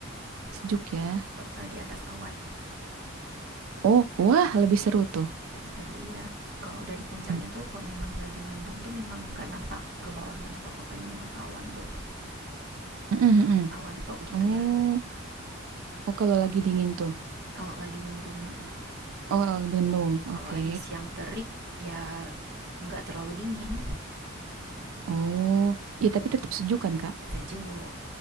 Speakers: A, on the right; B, on the right.
A: Sejuk
B: Kot-
A: ya.
B: Kota di atas awan,
A: Oh, wah, lebih seru tuh.
B: lebih seru iya. Kalau udah di puncaknya
A: Hmm.
B: tuh, kalau memang lagi mendung tuh memang nggak nampak ke bawah, nggak nampak kotanya, memang awan doh,
A: Mm, mm, mm.
B: awan tok gitu
A: Oh,
B: ya.
A: oh kalau lagi dingin tuh.
B: Kalau lagi mendung, heeh.
A: Oh, lagi bendung.
B: Kalau
A: Oke.
B: lagi siang terik, ya nggak terlalu dingin,
A: Oh, ya tapi tetap sejuk kan, Kak?
B: sejuk.